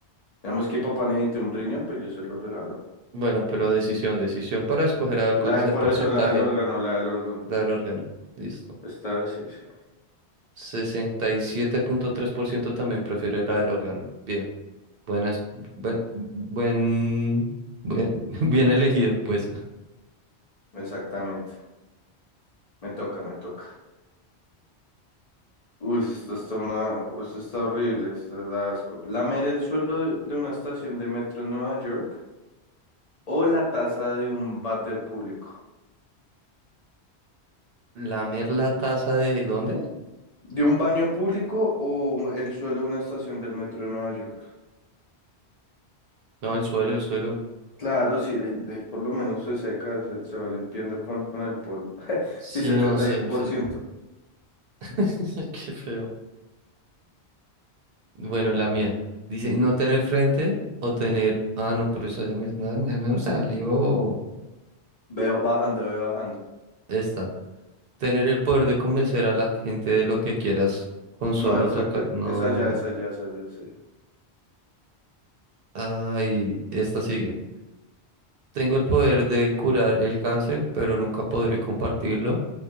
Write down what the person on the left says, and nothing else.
Digamos que papá necesite un riñón, pues yo se lo regalo.
La
de-
por
eso la del órgano, la del órgano.
Esta vez sí, sí.
Exactamente. Me toca, me toca. Uy, esto está una, esto está horrible, esto da asco. Lamer el suelo de de una estación de metro en Nueva York o la taza de un váter público.
¿De un baño público o el suelo de una estación del metro de Nueva York?
Claro, sí, ahí- ahí por lo menos se seca, se, se va limpiando con, con el polvo. <laughs>
Sí, setenta
y uno
por
ciento
Veo bajando, veo bajando.
No, esa,
que-
esa ya, esa ya, esa ya, sí.